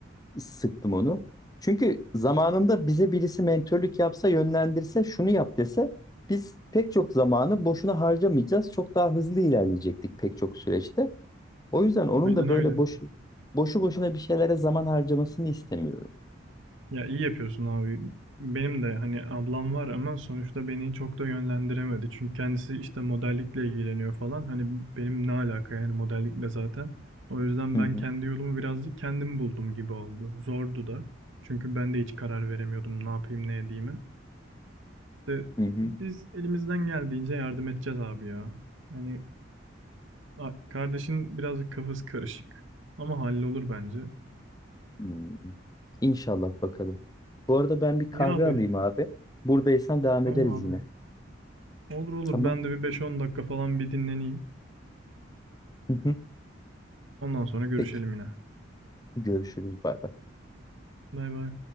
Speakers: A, on the left (about 20°); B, on the right (about 85°).
A: sıktım onu. Çünkü zamanında bize birisi mentörlük yapsa, yönlendirse, şunu yap dese biz pek çok zamanı boşuna harcamayacağız. Çok daha hızlı ilerleyecektik pek çok süreçte. O yüzden onun
B: Aynen
A: da böyle
B: öyle.
A: boşu boşu boşuna bir şeylere zaman harcamasını istemiyorum.
B: Ya iyi yapıyorsun abi. Benim de hani ablam var ama sonuçta beni çok da yönlendiremedi. Çünkü kendisi işte modellikle ilgileniyor falan. Hani benim ne alaka yani modellikle zaten. O yüzden
A: Hı
B: ben
A: hı,
B: kendi yolumu birazcık kendim buldum gibi oldu. Zordu da. Çünkü ben de hiç karar veremiyordum ne yapayım ne edeyimi. İşte
A: hı hı,
B: biz elimizden geldiğince yardım edeceğiz abi ya. Hani a- kardeşin birazcık kafası karışık ama hallolur bence.
A: hı. İnşallah bakalım. Bu arada ben bir kahve
B: İyi abi.
A: alayım abi. Buradaysan devam
B: Tamam
A: ederiz yine.
B: abi. Olur olur
A: Tamam.
B: ben de bir beş on dakika falan bir dinleneyim.
A: Hı hı.
B: Ondan sonra görüşelim
A: Peki.
B: yine.
A: Görüşürüz. Bay bay.
B: Bay bay.